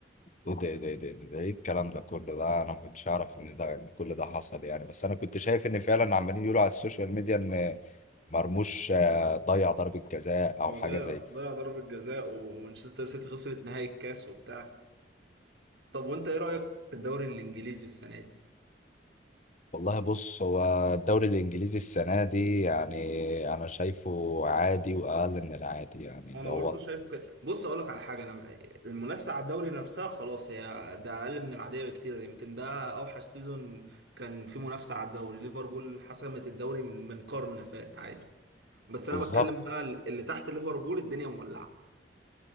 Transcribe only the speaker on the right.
هو
ضيع
ضيع ضربة جزاء ومانشستر سيتي خسرت نهائي الكاس وبتاع طب وانت ايه رأيك في الدوري الانجليزي السنة دي؟
انا برضو
شايفه كده بص اقول لك على حاجه انا المنافسه على الدوري نفسها خلاص هي ده اقل من العاديه بكتير يمكن ده اوحش سيزون كان في منافسه على الدوري ليفربول حسمت الدوري من من قرن فات عادي بس انا
بتكلم بقى اللي تحت ليفربول الدنيا مولعه